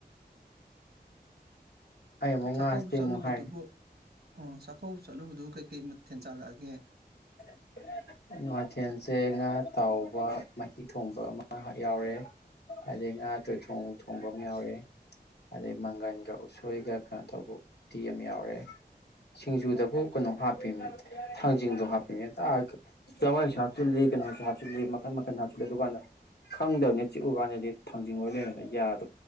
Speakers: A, on the left; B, on the right.
A: ꯑꯩ ꯑꯃꯨꯛ
B: ꯆꯥꯛꯀꯧꯕ
A: ꯉꯥꯁꯦ
B: ꯆꯠꯂꯨꯕꯗꯨꯕꯨ
A: ꯑꯃꯨꯛ ꯍꯥꯏꯔꯅꯤ
B: ꯑꯣ ꯆꯥꯛꯀꯧꯕ ꯆꯠꯂꯨꯕꯗꯨ ꯀꯩꯀꯩ ꯃꯊꯦꯟ ꯆꯥꯔꯛꯑꯒꯦ
A: <unintelligible> ꯃꯊꯦꯜꯁꯦ ꯉꯥ ꯇꯥꯎꯕ ꯃꯍꯤ ꯊꯣꯡꯕ ꯑꯃ ꯌꯥꯎꯔꯦ ꯑꯗꯩ ꯉꯥ ꯇꯣꯏꯊꯣꯡ ꯊꯣꯡꯕ ꯑꯃ ꯌꯥꯎꯔꯦ ꯑꯗꯩ ꯃꯪꯒꯟꯒ ꯎꯁꯣꯏꯒ ꯀꯩꯅꯣ ꯇꯧꯕ ꯎꯇꯤ ꯑ ꯌꯥꯎꯔꯦ ꯁꯤꯡꯖꯨꯗꯕꯨ ꯀꯩꯅꯣ ꯍꯥꯞꯄꯤꯃꯤ ꯊꯥꯡꯖꯤꯡꯗꯣ ꯍꯥꯞ ꯍꯦꯛꯇ ꯍꯥꯞ ꯆꯋꯥꯏꯁꯨ ꯍꯥꯞꯆꯤꯜꯂꯤ ꯀꯩꯅꯣꯁꯨ ꯍꯥꯞꯖꯤꯜꯂꯤ ꯃꯈꯜ ꯃꯈꯜ ꯑꯗꯨꯀꯥꯟꯗ ꯈꯪꯗꯕꯅꯤ ꯆꯤꯛꯎꯀꯥꯟꯗꯗꯤ ꯊꯥꯡꯖꯤꯡ ꯑꯣꯏ ꯂꯩꯔꯝꯃꯦ ꯌꯥꯗꯣ